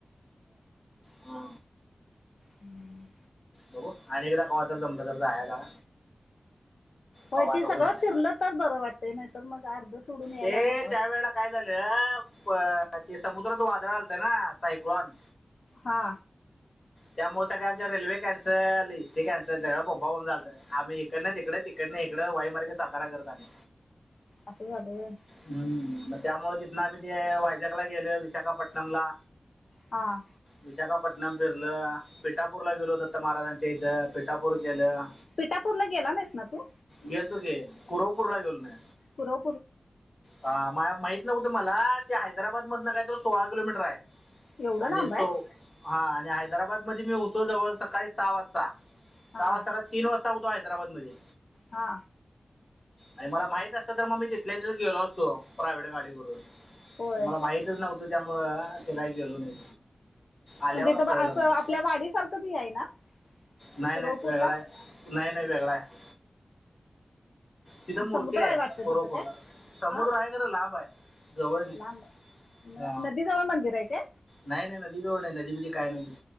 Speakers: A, on the left; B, on the left.
A: हा
B: हम्म
A: बघ अकदा क तर जमलं तर
B: होय
A: कवा
B: ते
A: आता
B: सगळं
A: होईल बघा.
B: फिरलं तर बरं वाटत नाहीतर मग अर्ध सोडून यायला
A: ये
B: नको वाटतंय.
A: त्या वेळा काय झालं अ ते समुद्रात वादळ घलतं ना सायक्लॉन
B: हा
A: त्यामुळे सगं आमच्या रेल्वे कनसल हिस्ट्री कॅन्सल सगळ बोंबांब झालतं आम् इकडे ना तिकडे तिकडे नाही इडं वाई मार्गे सातारा करत आणि
B: असं झालं होय.
A: हम्म त्यामुळ तिथन आम्ही ते वाैजग ला गेलो विशाखापटणम ला
B: हा
A: विशाखापटणम फिरलं पिठापूरला गेलो होत समर्थ महाराजांच्या इथं पिठापूर केलं
B: पिठापूरला गेला नाहीस ना तू
A: गेलतो की फिरायला
B: पुरं
A: ह माहित नकत मला ते हैदराबाद मधन काय तर सोळा किलोमीटर आहे
B: एवढं
A: आणि
B: लांब आहे
A: सो हा आणि हैदराबाद मध्ये मी होतो जवळ सकाळी सहा वाजता
B: हा
A: सहा वाजता तीन वाजता होतो हैदराबाद मध्ये
B: हा
A: आणि मला माहित असतं तर मग मी तिथल्या गेलो असतो प्रायव्हेट गाडीवरून
B: होय.
A: त मला माहितच नव्हतं त्यामुळं ते काही गेलो नाही आल्यावर
B: पण तेथं
A: कळलं
B: असं
A: मला
B: आपल्या वाडीसारखंच ह आहे ना
A: नाही
B: कुरवपूरला
A: नाही वेगळा आहे नाही नाही वेगळा आहे तिथं
B: समुद्र
A: मुरक
B: आहे वाटतं तिथं काय
A: समुद्र
B: हा
A: आहे कार लाभ आहे जवळ नाही
B: लांब
A: ह
B: नदी जवळ मंदिर आहे काय?
A: नाही नाही नदी जवळ नाही नदी म काय नाही